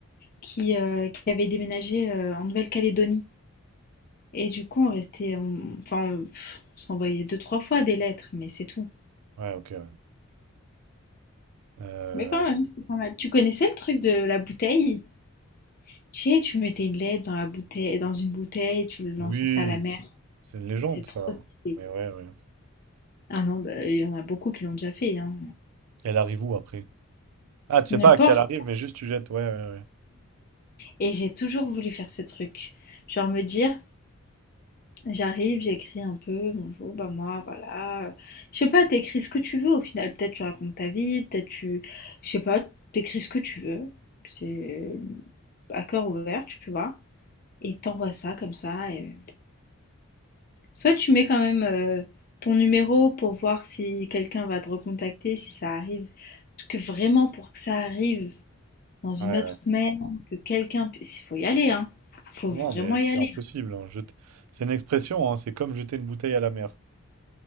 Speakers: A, on the left; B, on the right.
A: qui, euh, qui avait déménagé euh, en Nouvelle-Calédonie. Et du coup, on restait, on- enfin, on, pff, on s'envoyait deux, trois fois des lettres, mais c'est tout.
B: Ouais, ok, ouais. Euh,
A: Mais quand même, c'était pas mal. Tu connaissais le truc de la bouteille? Tu sais, tu mettais une lettre dans la bouteille, dans une bouteille, tu le lançais
B: oui,
A: ça à la mer.
B: c'est une légende,
A: C'était
B: ça.
A: trop stylé.
B: Mais ouais, ouais.
A: Ah non, bah, il y en a beaucoup qui l'ont déjà fait, hein.
B: Elle arrive où après? Ah, tu
A: N'importe.
B: sais pas à qui elle arrive, mais juste tu jettes. Ouais, ouais, ouais.
A: Et j'ai toujours voulu faire ce truc. Genre me dire, J'arrive, j'écris un peu, bonjour, bah moi, voilà. euh, Je sais pas, t'écris ce que tu veux au final. Peut-être tu racontes ta vie, peut-être tu. Je sais pas, t'écris ce que tu veux. C'est à cœur ouvert, tu vois. Et t'envoies ça comme ça. et- Soit tu mets quand même euh, ton numéro pour voir si quelqu'un va te recontacter, si ça arrive. Parce que vraiment, pour que ça arrive dans une
B: Ouais,
A: autre
B: ouais.
A: mail, que quelqu'un puisse. Il faut y aller, hein. Faut
B: Non,
A: vraiment
B: mais
A: y
B: c'est
A: aller.
B: impossible.
A: hein.
B: hein. Jete- C'est une expression, hein, C'est comme jeter une bouteille à la mer.